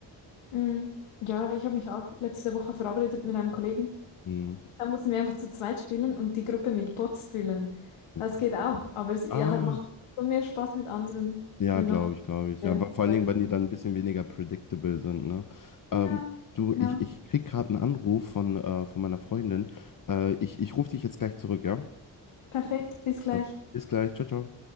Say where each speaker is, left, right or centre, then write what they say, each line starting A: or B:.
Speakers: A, on the left; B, on the left.
A: Mhm. Ja, ich habe mich auch letzte Woche verabredet mit einem Kollegen.
B: Mhm.
A: Da müssen wir einfach zu zweit spielen und die Gruppe mit Bots füllen.
B: Mit,
A: Das geht auch, aber es ihr
B: ah.
A: halt macht schon mehr Spaß mit anderen,
B: Ja,
A: wenn
B: glaube
A: noch
B: ich, glaube ich.
A: äh,
B: Ja, wa- vor
A: Leute
B: allen Dingen, wenn die
A: kommen.
B: dann ein bisschen weniger predictable sind, ne?
A: Ja,
B: Ähm, du,
A: genau.
B: ich, ich krieg gerade einen Anruf von, äh, von meiner Freundin. Äh, ich ich rufe dich jetzt gleich zurück, ja?
A: Perfekt, bis gleich.
B: Okay. Bis gleich. Ciao, ciao.